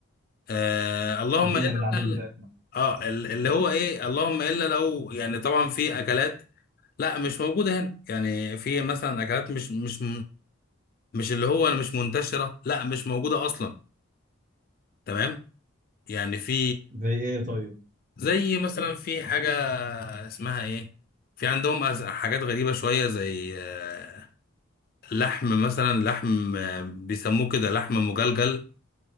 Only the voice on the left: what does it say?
آه، اللهم
الا
بقى
اه ال- اللي هو ايه اللهم الا لو يعني طبعا في اكلات لا مش موجوده هنا يعني في مثلا اكلات مش مش مش اللي هو مش منتشره لا مش موجوده اصلا تمام يعني في
زي مثلا في حاجة اسمها ايه في عندهم أز- حاجات غريبة شوية زي آه، لحم مثلا لحم آه، بيسموه كده لحم مجلجل